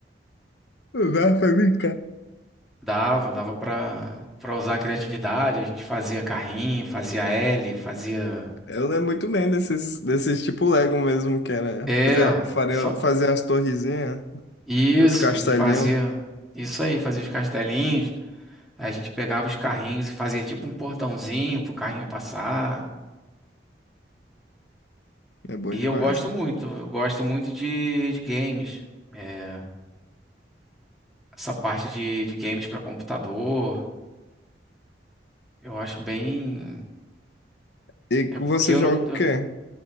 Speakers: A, on the left; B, in the centre.
A: Vai pra mim,
B: dava, dava para para usar a criatividade. A gente fazia carrinho, fazia L, fazia
A: Eu lembro muito bem desses, desses tipo Lego mesmo, que era
B: é,
A: fazer, faria-
B: só,
A: fazer as torrezinhas,
B: Isso,
A: os castelinhos.
B: a gente fazia isso aí, fazia os castelinhos, a gente pegava os carrinhos e fazia tipo um portãozinho pro carrinho passar.
A: É bom
B: E
A: demais.
B: eu gosto muito, eu gosto muito de, de games. É, essa parte de, de games para computador, eu acho bem.
A: E
B: É
A: que
B: porque
A: você
B: eu
A: joga
B: não,
A: o
B: eu,
A: quê?